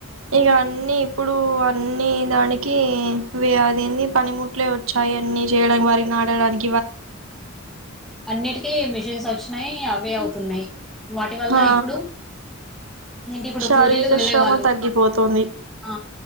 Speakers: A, on the right; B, in the centre.
A: ఇక అన్ని ఇప్పుడు అన్ని దానికి కి అది ఏన్ది పనిముట్లే వచ్చాయి అన్ని చేయనికి వారి నాడడానికి
B: అన్నిటికీ మిషన్స్ వచ్చినాయి అవే అవుతున్నాయి. వాటి వల్ల
A: ఆ
B: ఇప్పుడు ఏంటి ఇప్పుడు
A: శారీరక
B: కూలీలు వెళ్ళేవాళ్ళు
A: శ్రమ తగ్గిపోతుంది
B: ఆ